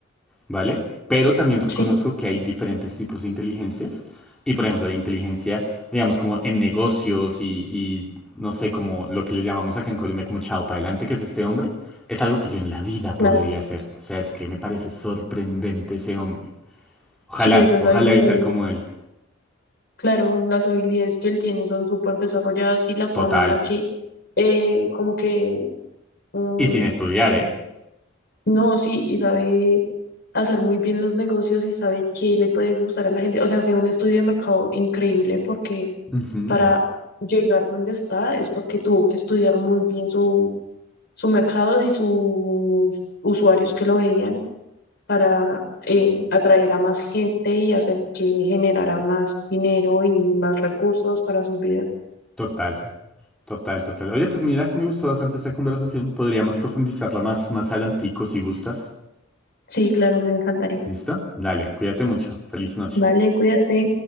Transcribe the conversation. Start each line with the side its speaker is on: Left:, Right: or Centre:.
Centre: ¿vale? Pero también reconozco
Left: sí,
Centre: que hay diferentes tipos de inteligencias. Y por ejemplo, la inteligencia, digamos, como en negocios y, y, no sé, como lo que le llamamos acá en Colombia como chao para adelante, que es este hombre, es algo que yo en la vida
Left: claro.
Centre: podría hacer. O sea, es que me parece sorprendente ese hombre. Ojalá,
Left: Sí, esas
Centre: ojalá
Left: habilidades,
Centre: y ser como él.
Left: claro, las habilidades que él tiene son súper desarrolladas y la forma
Centre: Total.
Left: en la que, eh, como que, mm,
Centre: Y sin estudiar, ¿eh?
Left: no, sí, y sabe hacer muy bien los negocios y sabe qué le puede gustar a la gente. O sea, hace un estudio de mercado increíble porque
Centre: Ujú.
Left: para llegar donde está es porque tuvo que estudiar muy bien su, su mercado y sus usuarios que lo veían para eh, atraer a más gente y hacer que generara más dinero y más recursos para sus vidas.
Centre: Total, total, total. Oye, pues mira que me gustó bastante esta conversación. Podríamos profundizarla más, más adelantico si gustas.
Left: Sí, claro, me encantaría.
Centre: ¿Listo? Dale, cuídate mucho. Feliz noche.
Left: Vale, cuídate.